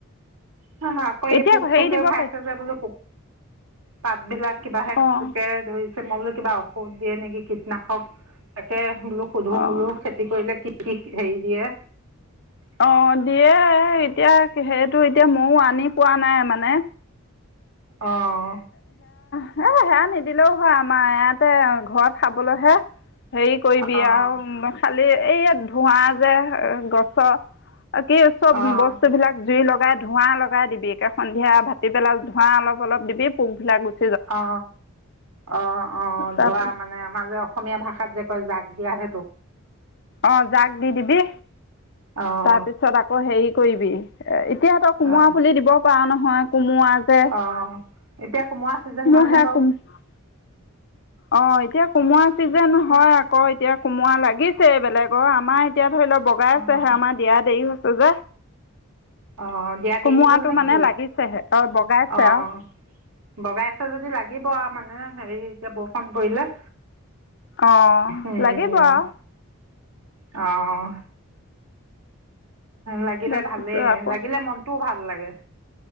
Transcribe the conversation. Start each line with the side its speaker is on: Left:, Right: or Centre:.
Right: হ হা কৈ
Left: এতিয়া
Right: পোক
Left: হেৰি
Right: চোকে
Left: দিব
Right: খাইছে
Left: পাৰি
Right: যে বোলো পোক পাত বিলাক কিবাহে
Left: অঁ
Right: পোকে ধৰিছে । মই বোলো কিবা ঔষধ দিয়ে নেকি কীটনাশক তাকে বোলো সোধো
Left: অঁ
Right: বোলো খেতি কৰিলে কি কিক হেৰি দিয়ে
Left: অ দিয়ে এই এতিয়া সেইটো এতিয়া মইও আনি পোৱা নাই মানে
Right: অঁ
Left: এ সেয়া নিদিলেও হয় আমাৰ ইয়াতে ঘৰত খাবলৈহে হেৰি কৰিবি
Right: অঁ
Left: আৰু মই খালো । ৱেই এয়াত ধোঁৱা যে গছৰ কি চব
Right: অঁ
Left: বস্তু বিলাক জুই লগা ধোঁৱা লগাই দিবি সন্ধিয়া ভাটিবেলাত ধোঁৱা অলপ অলপ দিবি। <unintelligible>
Right: অ অ অ
Left: তাৰ
Right: ধোৱা মানে আমাৰ যে অসমীয়া ভাষাত যে কয় জাক দিয়া সেইটো
Left: অ জাক দি দিবি
Right: অঁ
Left: তাৰ পিছত আকৌ হেৰি কৰিবি এই এতিয়া ত কোমৰা
Right: অঁ
Left: পুলি দিব পাৰা নহ । হয় কোমৰা ছে
Right: অঁ এতিয়া কোমোৰা ছিজন
Left: মোৰ
Right: হয়নে
Left: হে
Right: বাৰু
Left: কুমো অ এতিয়া কোমোৰা চিজেন হয় আ আকৌ এতিয়া কোমোৰা লাগিছে বেলেগৰ আমাৰ এতিয়া ধৰি ল' বগাই
Right: অঁ
Left: আছেহে আম দেৰি হৈছে যে।
Right: অঁ দিয়া দেৰি
Left: কোমোৰাটো
Right: হ'ল নেকি
Left: মানে লাগিছেহে। <unintelligible> বগাইছে
Right: অঁ
Left: আৰু।
Right: বগাইছে যদি লাগিব আৰু মানে, হেৰি এতিয়া বৰষুণ পৰিলে।
Left: অ'
Right: উম
Left: লাগিব আৰু।
Right: অঁ লাগিলে
Left: তাৰপিছত
Right: ভালে ।
Left: আকৌ
Right: লাগিলে মন টো ভাল লাগে।